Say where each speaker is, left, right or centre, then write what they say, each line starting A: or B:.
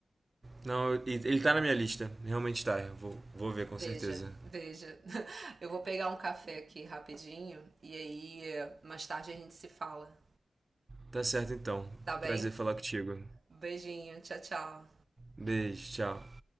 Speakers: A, on the right; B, on the right.
A: Não, e- ele tá na minha lista. Realmente tá. Eu vou, vou ver com
B: Veja,
A: certeza.
B: veja. <laughs> Eu vou pegar um café aqui rapidinho e aí eh, mais tarde a gente se fala.
A: Tá certo então.
B: Tá bem?
A: Prazer falar contigo.
B: Beijinho, tchau, tchau.
A: Beijo, tchau.